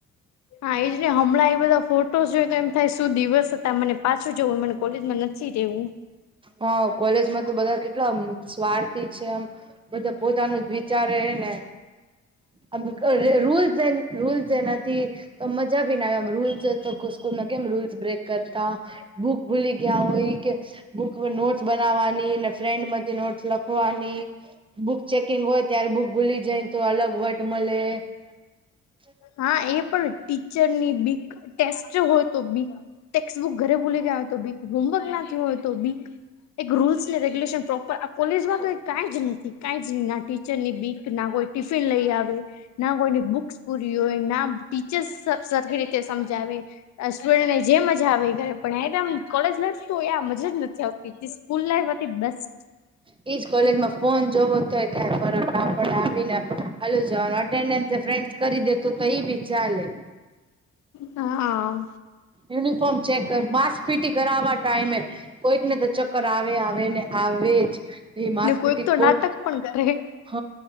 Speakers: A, on the left (about 65°); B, on the right (about 15°).
A: હા, એજ ને હમણાં એ બધા ફોટોસ જોય તે એમ થાય શું દિવસ હતા મને પાછું જવું મને કોલેજમાં નથી રહેવું.
B: હા, કોલેજમાં તો બધા કેટલામ સ્વાર્થી છે આમ બધા પોતાનુંજ વિચારે ને આમ ગે રૂલ્સ એ રૂલ્સ નથી તો મજા ભી ના આવે આમ રૂલ્સ તોક કોસ સ્કૂલમાં કેમ રૂલ્સ્ બ્રેક કરતા બુક ભૂલી ગયા હોય કે બુક નોટ્સ બનાવાની ને ફ્રેન્ડમાથી નોટસ લખ ભોવાની બુક ચેકિંગ હોય ત્યારે બુક ભૂલી જાય તો અલગ વટ મલે <unintelligible>
A: હા એ પણ ટીચરની બીક ટેસ્ટ હો તો બીક ટેક્સ બુક ઘરે ભૂલી ગયા હોય તો બીક હોમવર્ક ના થિયુ હોય તો બીક એક રૂલ્સ ને રેગ્યુલેશન પ્રોપર આ કોલેજમાં કઈ કાઈ જ નથી કાઈ જ ના ના ટીચરની બીક ના હોઈ ટિફિન લઈ આવે ના કોઈની બુક્સ પૂરી હોય નામ્ ટીચર્સ સર-સરખી રીતે સમ જાવે આ સ્ટુડન્ટને જે મજા આવે ઘરે પણ એક આમ કોલેજ લાઈફ તોયે મજા જ નથી આવ તી જે સ્કૂલ લાઈફ હતી બેસ્ટ
B: હ <inaudible> ઈજ કોલેજમાં ફોન જેવો તોય કાંઈ ફરક નાપડે આવી ને જવાનું અટેન્ડેન્સ એ ફ્રેન્ડસ કરી દે તો તો ઈ ભી ચાલે.
A: હા આ.
B: યુનિફોર્મ ચેક કર માસ્ક પી ટી કરાવા ટાઈમે કોઈકને તો ચક્કર આવે આવે ને આવે જ જે માસ
A: ને કોઈક
B: પી ટી
A: તો
B: કે બોટ
A: નાટક પણ કરે
B: હ